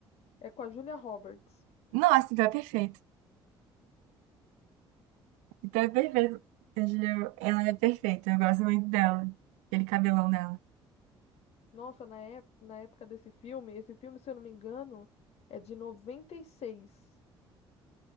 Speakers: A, on the left (about 55°); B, on the right (about 70°).
A: É com a Julia Roberts.
B: Nossa, então é perfeito. Então é perfeito. A Julia, Ela é perfeita. Eu gosto muito dela. Aquele cabelão dela.
A: Nossa, na, ép- na época desse filme, esse filme, se eu não me engano, é de 96.